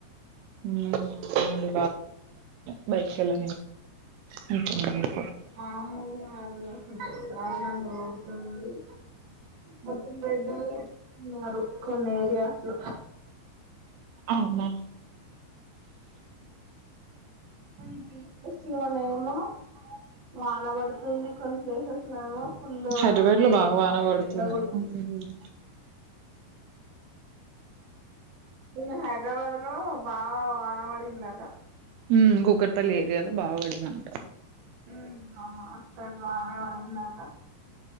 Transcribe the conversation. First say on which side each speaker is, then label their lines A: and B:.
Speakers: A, on the right; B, on the right.
A: ఉమ్ బైక్లా <inaudible>
B: మామూలు గాదు అస్సలు దారుణంగా అతని మొత్తం రెడ్ అలర్ట్ ఉన్నారు కొన్ని ఏరియాస్ లో
A: అవున
B: కొని పె పేసియా <unintelligible> ఏమో వానబడుతుంది కొన్ని ప్లేసెస్నలమో ఫులు
A: హైదరాబాద్
B: రేను
A: లో బాగా వాన
B: ఎ
A: పడుతుంది.
B: ఎండ కొడుతుంది
A: హ్మ్
B: నిన్న హాట్ <unintelligible> హైదరాబాద్ లో బాగా వాన పడ్ నిన్న అట
A: హ్మ్మ్ కూకట్ పల్లి ఏరియాలో బాగాపడిందంట
B: ఉమ్ అమ్మ స్తాన్ <unintelligible> వాన పడిందాంట